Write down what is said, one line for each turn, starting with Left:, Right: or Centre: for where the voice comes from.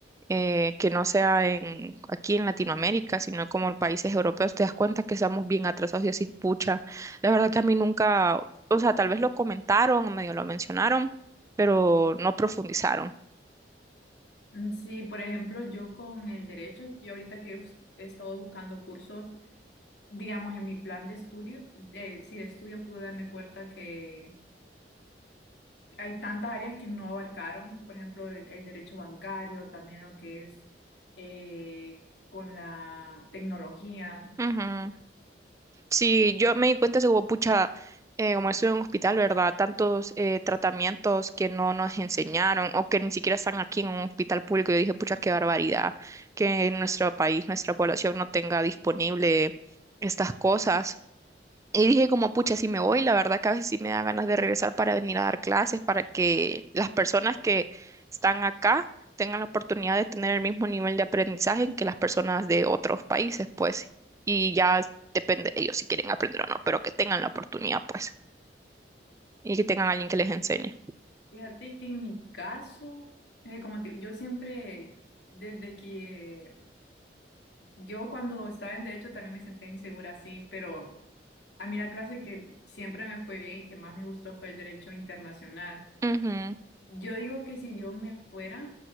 Right: eh, que no sea en, aquí en Latinoamérica, sino como en países europeos, te das cuenta que estamos bien atrasados y así, pucha. La verdad que a mí nunca, o sea, tal vez lo comentaron, medio lo mencionaron, pero no profundizaron.
Left: Mm, Sí, por ejemplo, yo con el derecho, yo ahorita que he us- he estado buscando cursos, digamos, en mi plan de estudio, de, sí, de estudio pude darme cuenta que hay tantas áreas que no abarcaron, por ejemplo, el, el derecho bancario, también lo que es eh, con la tecnología.
Right: Ujú. Sí, yo me di cuenta, eso como pucha, eh, como estuve en un hospital, ¿verdad? Tantos eh, tratamientos que no nos enseñaron o que ni siquiera están aquí en un hospital público. Yo dije, pucha, qué barbaridad que en nuestro país, nuestra población no tenga disponible estas cosas. Y dije como, pucha, si me voy, la verdad que a veces sí me da ganas de regresar para venir a dar clases, para que las personas que están acá tengan la oportunidad de tener el mismo nivel de aprendizaje que las personas de otros países, pues. Y ya depende de ellos si quieren aprender o no, pero que tengan la oportunidad, pues. Y que tengan alguien que les enseñe.
Left: Fíjate que en mi caso, eh, como te- yo siempre, desde que yo cuando estaba en derecho también me sentía insegura así, pero a mí la clase que siempre me fue bien y que más me gustó fue el derecho internacional.
Right: Ujú,
Left: Yo digo que si yo me fuera,